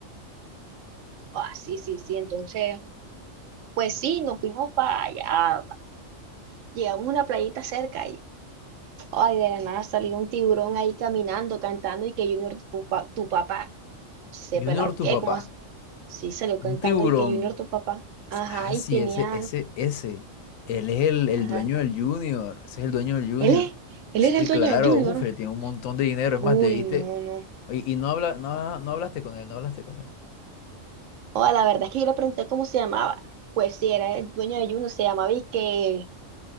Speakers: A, on the right; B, on the left.
A: Ah, sí, sí, sí. Entonces, pues sí, nos fuimos para allá. Llegamos a una playita cerca y, ay, de la nada salió un tiburón ahí caminando, cantando y que Junior, tu, pa- tu papá, se
B: Junior,
A: pelado.
B: tu
A: ¿Qué?
B: papá,
A: ¿Cómo así? Sí, salió cantando
B: un tiburón.
A: y que Junior, tu papá. Ajá,
B: Ah,
A: y
B: sí,
A: tenía,
B: ese, ese, ese. Él es el, el
A: ajá.
B: dueño del Junior. Ese es el dueño del Junior.
A: Él es, él
B: Sí,
A: era el dueño
B: claro.
A: del Junior.
B: Uf, él tiene un montón de dinero.
A: Uy,
B: Es más, debiste.
A: no, no.
B: Oye, y no habla, no, no hablaste con él, no hablaste con él.
A: Oh, la verdad es que yo le pregunté cómo se llamaba. Pues sí, era el dueño de Junior, se llamaba y que